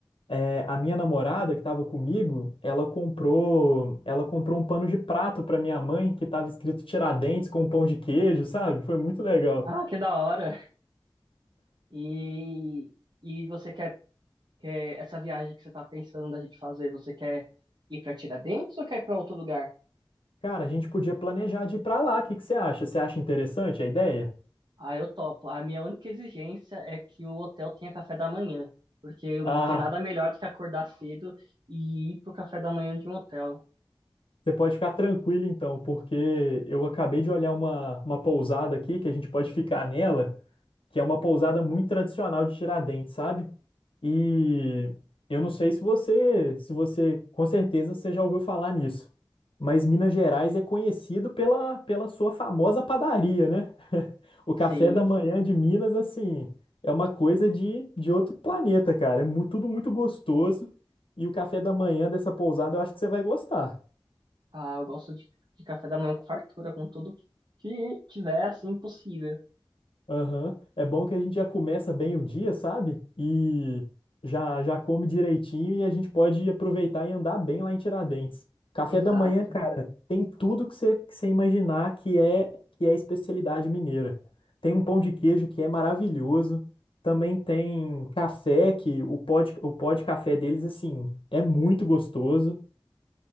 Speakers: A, on the left; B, on the right.
A: é, a minha namorada que estava comigo, ela comprou, ela comprou um pano de prato para minha mãe que estava escrito Tiradentes com pão de queijo, sabe? Foi muito legal.
B: Ah, que da hora. E, e você quer, quer essa viagem que você tá pensando da gente fazer, você quer ir pra Tiradentes ou quer ir pra outro lugar?
A: Cara, a gente podia planejar de ir para lá. O que que você acha? Você acha interessante a ideia?
B: Ah, eu topo. A minha única exigência é que o hotel tenha café da manhã, porque não
A: Ah,
B: tem nada melhor do que acordar cedo e ir pro café da manhã de um hotel.
A: você pode ficar tranquilo então, porque eu acabei de olhar uma, uma pousada aqui que a gente pode ficar nela. que é uma pousada muito tradicional de Tiradentes, sabe? E eu não sei se você, se você, com certeza você já ouviu falar nisso, mas Minas Gerais é conhecido pela, pela sua famosa padaria, né? O
B: Sim,
A: café da manhã de Minas, assim, é uma coisa de, de outro planeta, cara. É mu- tudo muito gostoso e o café da manhã dessa pousada eu acho que você vai gostar.
B: ah, eu gosto de, de café da manhã com fartura, com tudo que tiver, assim, possível.
A: Aham. É bom que a gente já começa bem o dia, sabe? E já já come direitinho e a gente pode aproveitar e andar bem lá em Tiradentes. Café
B: Exato.
A: da manhã, cara, tem tudo que você, que você imaginar que é que é especialidade mineira. Tem um pão de queijo que é maravilhoso. Também tem café que o pó de, o pó de café deles assim é muito gostoso.